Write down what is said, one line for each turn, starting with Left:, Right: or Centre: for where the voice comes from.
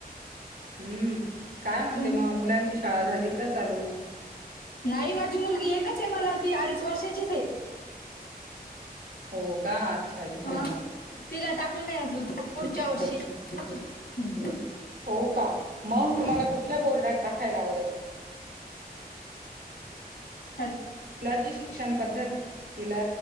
Right: हम्म काय म्हणते
Left: तुम
Right: मग मुलांची शाळा झाली का चालू
Left: नाही माझी मुलगी एकच आहे मला ती अडीच वर्षाचीच आहे
Right: हो का अच्छा अच्छा
Left: हा तिला नाही अजून पुढच्या वर्षी ह
Right: हो का मग तुम्हाला कुठल्या बोर्डात टाकायला आवडेल
Left: हमम
Right: शलाजी शिक्षण पद्धत तिला